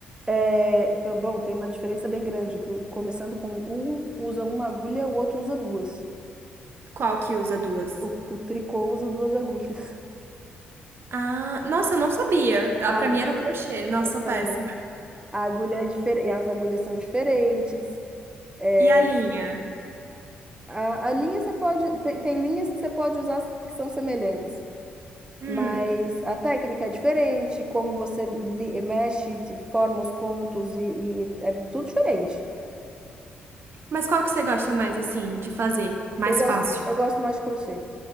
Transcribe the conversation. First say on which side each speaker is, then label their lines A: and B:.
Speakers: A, on the right; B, on the right.
A: É, pro- bom, tem uma diferença bem grande, que o- começando com um usa uma agulha, o outro usa duas.
B: Qual que usa duas?
A: O, o tricô usa duas agulhas. <laughs>
B: Ah, nossa, eu não sabia. Ah,
A: A,
B: para mim era o crochê. Nossa, sou
A: não,
B: péssima.
A: a agulha é diferente, as agulhas são diferentes. É,
B: E a linha?
A: a, a linha você pode, tem, tem linhas que você pode usar que são semelhantes,
B: Hum.
A: mas a técnica é diferente, como você li- mexe, se forma os pontos e, e é tudo diferente.
B: Mas qual que você gosta mais, assim, de fazer? Mais
A: Eu gosto,
B: fácil.
A: eu gosto mais de crochê.